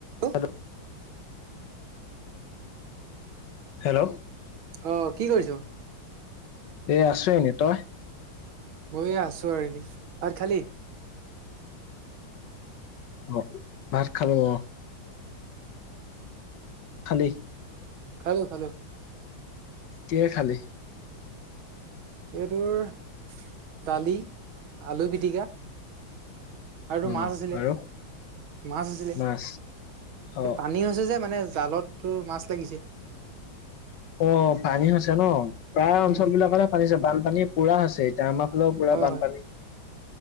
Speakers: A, on the right (about 80°); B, on the left (about 65°).
A: অ
B: hello hello
A: অ' কি কৰিছ?
B: এ আছো এনেই, তই?
A: মইয়ো আছো আৰু এনেই, ভাত খালি?
B: অঁ ভাত খালো, অঁ। খালি।
A: খালো খালো।
B: কিহেৰে খালি?
A: এই তোৰ দালি, আলু পিটিকা। আৰু
B: অ
A: মাছ আছিলে,
B: আৰু
A: মাছ আছিলে।
B: মাছ অ
A: এই পানী হৈছে যে মানে জালত তোৰ মাছ লাগিছে।
B: অ' পানী হৈছে ন, প্ৰায় অঞ্চল
A: উম
B: বিলাকতে পানী হৈছে বানপানী পুৰা হৈছে। এতিয়া আমাৰ ফালেও পুৰা
A: হয়
B: বানপানী।
A: হয়